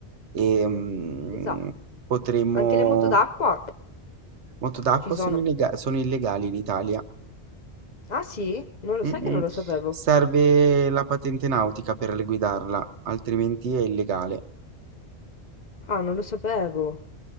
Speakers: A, on the right; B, on the left.
A: E, mm,
B: Esatto,
A: potremmo...
B: anche le moto d'acqua
A: Moto d'acqua
B: ci sono.
A: sono, illega- sono illegali in Italia.
B: Ah sì? Non lo sai
A: Mm,
B: che non
A: mm.
B: lo sapevo.
A: Serve la patente nautica per guidarla, altrimenti è illegale.
B: Ah, non lo sapevo.